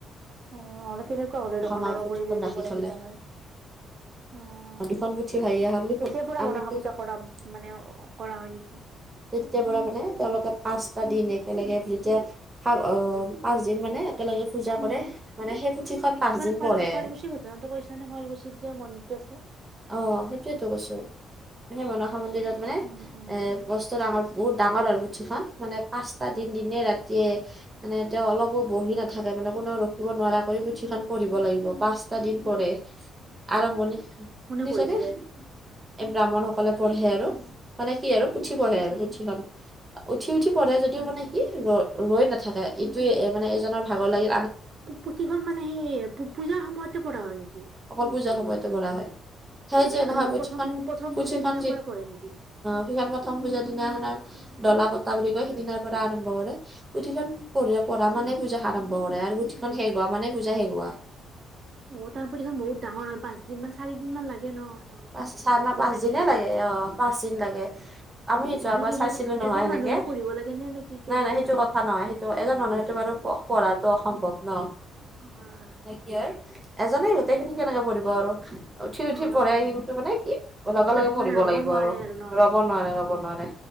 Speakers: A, on the right (about 55°); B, on the right (about 25°).
A: অ' আৰু কেনেকুৱা হ'লদেখ
B: মাৰ
A: নৰবলি
B: পুথিখন
A: বুলি যদি
B: ৰাখি
A: দিব লাগিলে
B: থলে
A: হয়। অ'
B: দুখন পুথি ভাহি অহা বুলি
A: তেতিয়াৰ পৰা
B: আমিতো
A: মনসা পূজা কৰা মানে কৰা হয় নেকি?
B: তেতিয় পৰা মানে তেওঁলোকে পাচ টা দিন একেলগে যেতিয়া আহ পাঁচ দিন মানে একেলগে পূজা কৰে। মানে সেই পুথিখন
A: এইটো
B: পাঁচদিন
A: মানে শুৱালকুছিৰ
B: পঢ়ে
A: ঘটনাটো কৈছা নে শুৱালকুছিত যে মন্দিৰটো আছে।
B: অ' সেইটোয়েতো কৈছো সেই মনসা মন্দিৰত মানে
A: উম উম
B: এ বস্ত ডাঙৰ বহুত ডাঙৰ আৰু পুঠিখন মানে পাঁচটা দিন দিনে ৰাতিয়ে মানে তেওঁ অলপবোৰ বহি নাথাকে মানে। ৰখিব নোৱাৰা কৰি পুথিখন পঢ়িব লাগিব পাঁচটা দিন পঢ়ে। আৰম্ভণি
A: মনে
B: শুনিছানে
A: পৰিছিলে
B: এই ব্ৰাহ্মণসকলে পঢ়ে আৰু। মানে কি
A: উম
B: আৰু পুচি পঢ়ে
A: অ
B: আৰু
A: অ
B: পুচি হ'ল উঠি উঠি পঢ়ে যদিও
A: হয়
B: মানে,
A: হয়।
B: কি ৰ ৰৈ নাথাকে ইটোৱে মানে এজনৰ ভাগৰ লাগি।
A: প্ৰতিখন মানে সেই পূজাৰ সময়তে পৰা হয় নেকি।
B: অকল পূজাৰ সময়তে পঢ়া হয়। সেই যে
A: মানে
B: নহয়
A: কি
B: পুথিখন
A: প্ৰথম প্ৰথম
B: পুথিখন
A: পূজাৰ দিনাৰ
B: যি
A: পৰা পঢ়ে নেকি?
B: সিখন প্ৰথম পূজাৰ দিনাখনা ডলা পতটা বুলি
A: হয়
B: কয় সেইদিনাৰ পৰা আৰম্ভ কৰে। পুথিখন পঢ় পঢ়া মানে পূজা আৰম্ভ কৰে আৰু পুথিখন শেগোৱা মানে পূজা শেগোৱা
A: অ' তাৰ পুঠিখন বহুত ডাঙৰ হয়, পাঁচ দিন মান চাৰি দিন মান লাগে ন শেষত?
B: পাচ
A: পাঁচ
B: না
A: দিন
B: পাচ দিনে
A: শেষ
B: লাগে
A: হওঁতে
B: অ' পাচ দিন লাগে আমি যোৱাবাৰ
A: মানে কি
B: চাইছিলো
A: মানে
B: ন নহয়
A: এজন
B: সেনেকে
A: মানুহে পঢ়িব লাগে নে নে কি কেনেকুৱা
B: নাই নাই সেইটো
A: তাৰমানে?
B: কথা নহয় সেইটো এজন মানুহ সেইটো বাৰু পঢ়াটো অসম্ভৱ।
A: উম
B: ন
A: হয়।
B: নে কি হয় এজনে গোটেই খিনি কেনেকে পঢ়িব আৰু উঠি
A: হয়
B: উঠি
A: অ
B: পঢ়ে
A: ইমান
B: কিন্তু মানে কি লগে লগে পঢ়িব
A: মানে ৰ'ব
B: লাগিব
A: নোৱাৰি
B: আৰু
A: ন?
B: ৰ'ব নোৱাৰে ৰব। নোৱাৰে